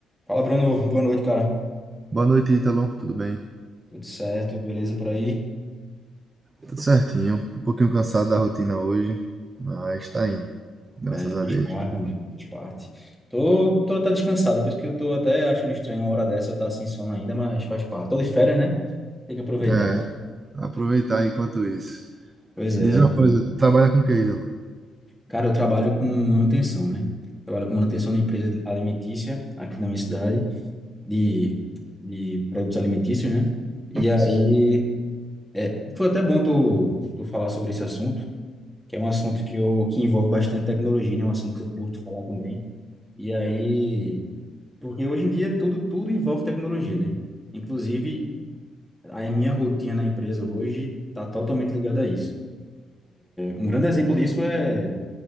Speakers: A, in the centre; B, on the right (about 30°).
A: Fala, Bruno. Boa noite, cara.
B: Boa noite, Ítalo. Tudo bem?
A: Tudo certo? Beleza por aí?
B: Tudo certinho. Um pouquinho cansado da rotina hoje, mas tá indo, graças
A: É,
B: a
A: faz
B: Deus.
A: parte, meu amigo. Faz parte. Tô, tô até descansado, por isso que eu tô até achando estranho uma hora dessa eu estar sem sono ainda, mas faz parte. Tô de férias, né? Tem que aproveitar.
B: É, aproveitar enquanto isso.
A: Pois é.
B: Diz uma coisa, trabalha com o que, Ítalo?
A: Cara, eu trabalho com manutenção, né? Trabalho com manutenção na empresa alimentícia aqui na minha cidade, de, de produtos alimentícios, né? E aí,
B: Sim.
A: é, foi até bom tu, tu falar sobre esse assunto, que é um assunto que, eu, que envolve bastante tecnologia, né? É um assunto que eu curto falar também. E aí, porque hoje em dia tudo, tudo envolve tecnologia, né? Inclusive, a minha rotina na empresa hoje está totalmente ligada a isso. Um grande exemplo disso é